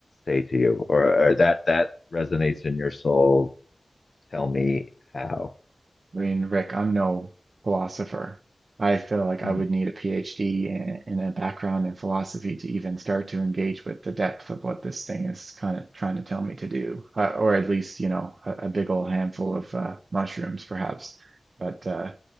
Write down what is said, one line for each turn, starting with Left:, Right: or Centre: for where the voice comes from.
Left: say to you? Or, or that that resonates in your soul? Tell me how.
Right: I mean, Rick, I'm no philosopher. I feel like I
Left: Mhm.
Right: would need a PhD and, and a background in philosophy to even start to engage with the depth of what this thing is kind of trying to tell me to do, uh, or at least, you know, a, a big old handful of uh, mushrooms, perhaps. But uh,